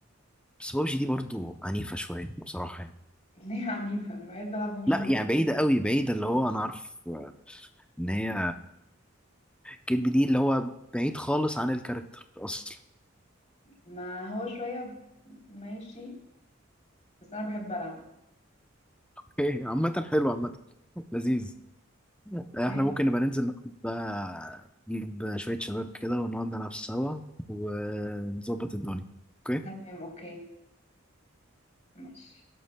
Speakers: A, in the centre; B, on the left (about 35°).
A: بس بابجي دي برضو عنيفه شويه بصراحه يعني
B: <laughs> ليه عنيفة أنا بحب ألعب ببجي
A: لا
B: موت.
A: يعني بعيده قوي بعيده اللي هو انا عارف ان هي كدب دي اللي هو بعيد خالص عن الكاركتر اصلا <laughs>
B: ما هو شوية ماشي بس أنا بحب ألعب
A: اوكي عامه حلو عامه لذيذ احنا
B: ماشي
A: ممكن نبقى ننزل نقعد بقى نجيب شويه شباب كده ونقعد نلعب سوا ونظبط الدنيا اوكي
B: تمام أوكي ماشي